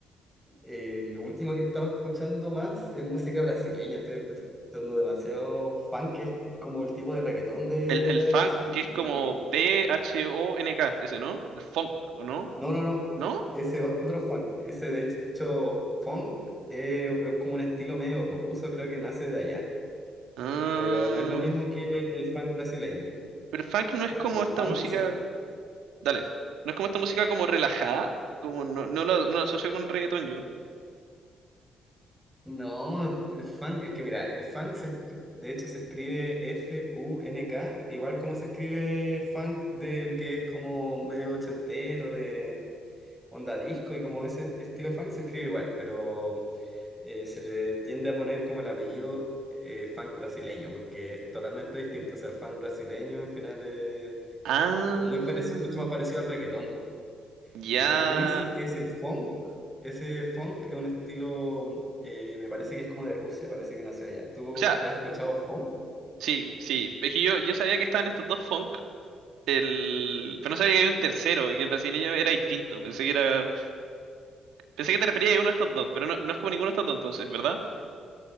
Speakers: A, in the centre; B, on the right.
A: eh, lo último que he estado escuchando más es música brasileña. Estoy escuchando demasiado funk, que es como el tipo de reggaetón de,
B: El,
A: de
B: el
A: allá
B: funk
A: de Brasil.
B: que es
A: Y
B: como
A: también...
B: P-H-O-N-K, ese, ¿no? El funk, ¿o no?
A: No, no, no,
B: ¿No?
A: ese otro funk, ese de hecho funk eh, es como un estilo medio ruso, creo que nace de allá,
B: Ah,
A: pero no es lo mismo que el funk brasileño,
B: pero el funk no es
A: porque
B: como
A: el
B: esta
A: funk
B: música.
A: se...
B: Dale. No es como esta música como relajada. Como no, no lo, no lo asocio con reggaetón yo.
A: No, el funk, es que mira, el funk se escri- de hecho se escribe F-U-N-K, igual como se escribe funk del que es como medio ochentero, de onda disco y como ese estilo de funk se escribe igual, pero eh, se le tiende a poner como el apellido eh, funk brasileño, porque es totalmente distinto, o sea, el funk brasileño al final es,
B: Ah,
A: es muy parec- mucho más parecido al reggaetón. Y
B: ya.
A: el que tú dices que es el funk, ese funk es un estilo, eh, me parece que es como de Rusia, parece que nació allá. ¿Tú
B: O sea,
A: has escuchado funk?
B: sí, sí. Es que yo, yo sabía que estaban estos dos funk. El... Pero no sabía que había un tercero y que el brasileño era distinto. Pensé que era... Pensé que te referías a uno de estos dos, pero no, no es como ninguno de estos dos entonces, ¿verdad?